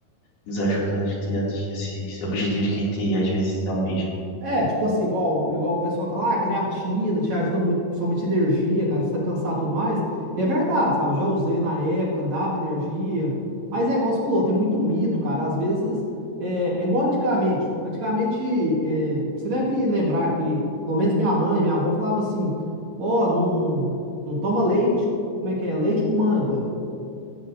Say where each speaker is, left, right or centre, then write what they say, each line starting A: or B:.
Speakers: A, on the left; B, on the right.
A: nos ajuda a gente a atingir esses objetivos que a gente às vezes almeja.
B: É, tipo assim, igual, igual o pessoal fala, ah, creatina te ajuda muito, principalmente energia, cara, você tá cansado e tudo mais. E é verdade, sabe? Eu Já usei na época, dava energia. Mas é igual você falou, tem muito mito, cara. Às vezes, é, é igual antigamente. Antigamente, é, você deve lembrar que, pelo menos minha mãe, minha avó falava assim: ó, não, não toma leite, como é que é? Leite com manga.